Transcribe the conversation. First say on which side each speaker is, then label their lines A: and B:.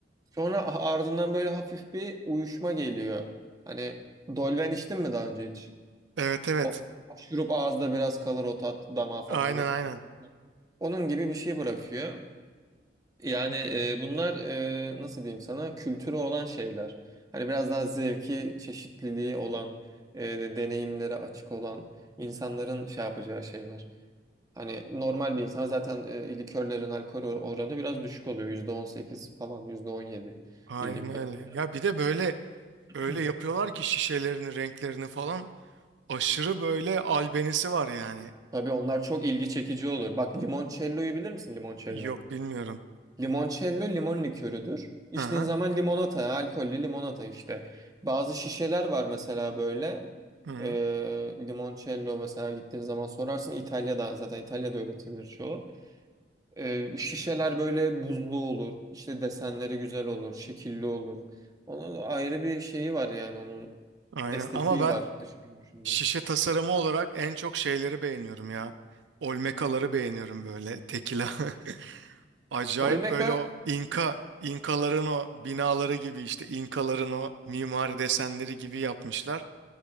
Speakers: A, on the right; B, on the right.
A: Sonra ardından böyle hafif bir uyuşma geliyor. Hani dolven içtin mi daha önce hiç?
B: Evet evet.
A: O, o şurup ağızda biraz kalır o tat damağa falan
B: Aynen
A: yapıyor.
B: aynen.
A: Onun gibi bir şey bırakıyor. Yani
B: Hı hı.
A: e, bunlar e, nasıl diyeyim sana kültürü olan şeyler. Hani biraz daha zevki, çeşitliliği olan, e, deneyimlere açık olan insanların şey yapacağı şeyler. Hani normal bir insan zaten e, likörlerin alkol oranı biraz düşük oluyor. yüzde on sekiz falan, %17
B: Aynen
A: bildiğim kadarıyla.
B: öyle. Ya bir de böyle
A: <clears throat>
B: öyle yapıyorlar ki şişelerini, renklerini falan aşırı böyle albenisi var yani.
A: Tabii onlar çok ilgi çekici olur. Bak limoncello'yu bilir misin limoncello?
B: Yok bilmiyorum.
A: Limoncello limon likörüdür. İçtiğin
B: Aha.
A: zaman limonata, alkollü limonata işte. Bazı şişeler var mesela böyle.
B: Hı hı.
A: Ee, limoncello mesela gittiğin zaman sorarsın. İtalya'da zaten İtalya'da öğretilir çoğu. Ee, şişeler böyle buzlu olur. İşte desenleri güzel olur, şekilli olur. Onun ayrı bir şeyi var yani onun
B: Aynen
A: estetiği
B: ama ben
A: var dış görünüşünden.
B: Şişe tasarımı olarak en çok şeyleri beğeniyorum ya. Olmekaları beğeniyorum böyle tekila. <laughs> Acayip
A: Olmeca
B: böyle o İnka, İnkaların o binaları gibi işte İnkaların o mimari desenleri gibi yapmışlar.